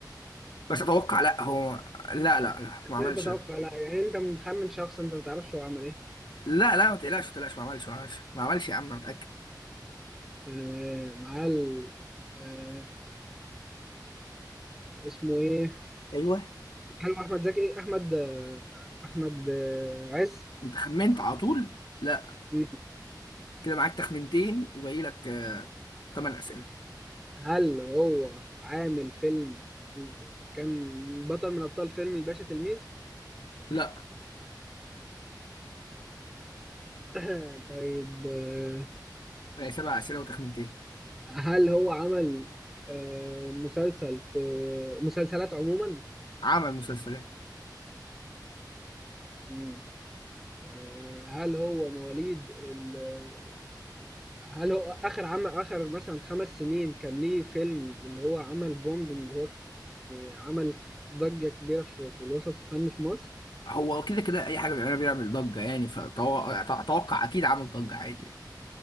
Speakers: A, on the left (about 80°); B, in the centre.
A: بس اتوقع لا هو لا لا لا ما عملش
B: لا تتوقع
A: لا
B: لا يعني انت مخمن شخص انت ما تعرفش هو عمل ايه
A: لا لا ما تقلقش ما تقلقش ما عملش ما عملش ما عملش يا عم انا متأكد
B: تمام هل آه، اسمه ايه؟
A: ايوه
B: هل هو احمد زكي؟ احمد آه، احمد آه، عز؟
A: انت خمنت على طول لا
B: مم.
A: كده معاك تخمنتين وباقي لك 8 اسئله
B: هل هو عامل فيلم كان بطل من ابطال فيلم الباشا تلميذ؟
A: لا
B: <coughs> <laughs> طيب آه،
A: بقى سبع أسئلة وتخمينتين
B: هل هو عمل آه، مسلسل في مسلسلات عموما
A: عمل مسلسلات
B: مم. آه، هل هو مواليد ال... هل هو آخر عمل آخر مثلا خمس سنين كان ليه فيلم اللي هو عمل بومب اللي هو يعني عمل ضجة كبيرة في, في الوسط الفني في مصر
A: هو كده كده أي حاجة بيعملها بيعمل ضجة يعني فأتوقع أكيد عامل ضجة عادي يعني.